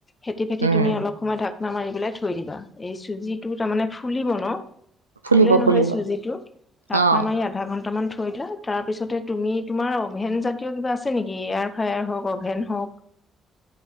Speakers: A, on the left; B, on the right.
A: ফেতি-ফেতি
B: উম,
A: তুমি অলপ সময় ঢাক না মাৰি পেলাই থৈ দিবা। এই চুজিটো তাৰমানে ফুলিব ন',
B: ফুলিব,
A: ফুলে
B: ফুলিব
A: নহয় চুজিটো। তাকনা
B: অ'।
A: মাৰি আ ধা ঘণ্টামান থৈ দিলা, তাৰপিছতে তুমি তোমাৰ অভেন জাতীয় কিবা আছে নেকি? এয়াৰ ফায়াৰ হওঁক অভেন হওঁক।